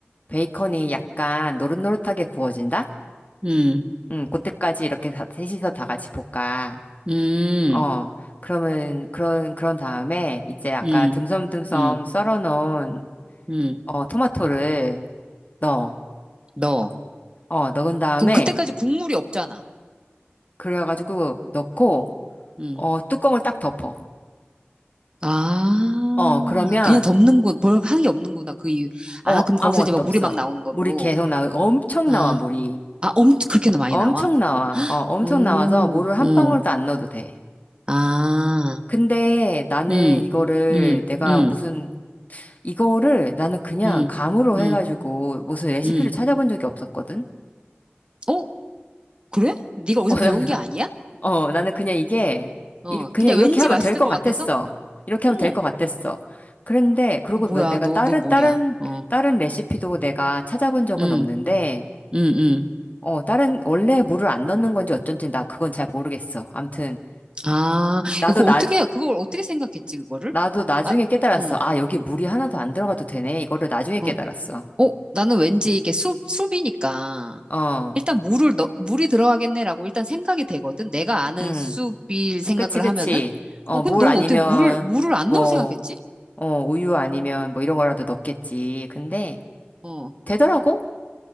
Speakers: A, on the left; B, on the right.
A: 베이컨이 약간 노릇노릇하게 구워진다?
B: 음,
A: 응, 그때까지 이렇게 다- 셋이서 다 같이 볶아.
B: 음,
A: 어 그러면 그런 그런 다음에 이제 아까
B: 음,
A: 듬섬듬섬
B: 음, 음.
A: 썰어놓은
B: 음.
A: 어 토마토를 넣어.
B: 넣어.
A: 어 넣은 다음에
B: 그럼 그때까지 국물이 없잖아.
A: 그래가지고 넣고
B: 음. 음.
A: 어 뚜껑을 딱 덮어.
B: 아,
A: 어, 그러면,
B: 그냥 덮는 곳, 별 하는 게 없는 구나그 이유. 아,
A: 어,
B: 그럼 거기서
A: 아무것도
B: 이제 막 물이
A: 없어.
B: 막 나오는 거고.
A: 물이 계속 나와. 엄청
B: 아,
A: 나와, 물이.
B: 아, 엄청 그렇게 나 많이
A: 엄청
B: 나와?
A: 나와. 어, 엄청
B: 오,
A: 나와서 물을 한
B: 오,
A: 방울도 안 넣어도 돼.
B: 아,
A: 근데 나는
B: 음,
A: 이거를
B: 음,
A: 내가
B: 음,
A: 무슨, 이거를 나는 그냥
B: 음,
A: 감으로
B: 음,
A: 해가지고 무슨 레시피를
B: 음.
A: 찾아본 적이 없었거든?
B: 어, 그래? 네가
A: <laughs>
B: 어디서
A: 어,
B: 배운
A: 나는,
B: 게 아니야?
A: 어, 나는 그냥 이게,
B: 어,
A: 이, 그냥
B: 그냥
A: 이렇게
B: 왠지
A: 하면
B: 맛있을
A: 될 것
B: 것
A: 같았어.
B: 같아서?
A: 이렇게
B: 어머,
A: 하면 될 것 같았어. 그런데, 그리고
B: 뭐야,
A: 뭐 내가
B: 너,
A: 다른,
B: 너 뭐냐?
A: 다른,
B: 어,
A: 다른 레시피도 내가 찾아본 적은
B: 음,
A: 없는데,
B: 음, 음.
A: 어, 다른, 원래 물을 안 넣는 건지 어쩐지 나 그건 잘 모르겠어. 암튼,
B: 아,
A: 나도
B: 그걸
A: 나,
B: 어떻게, 그걸 어떻게 생각했지, 그거를?
A: 나도 나중에
B: 아,
A: 깨달았어.
B: 어,
A: 아, 여기 물이 하나도 안 들어가도 되네. 이거를 나중에 깨달았어.
B: 어. 어, 나는 왠지 이게 숲, 숲이니까
A: 어,
B: 일단 물을 넣, 물이 들어가겠네라고 일단 생각이 되거든. 내가 아는
A: 음,
B: 숲일 생각을
A: 그치, 그치.
B: 하면은.
A: 어,
B: 어, 근데
A: 물
B: 넌
A: 아니면,
B: 어떻게 물을, 물을 안
A: 뭐,
B: 넣을 생각했지?
A: 어, 우유 아니면 뭐 이런 거라도 넣겠지. 근데,
B: 어.
A: 되더라고?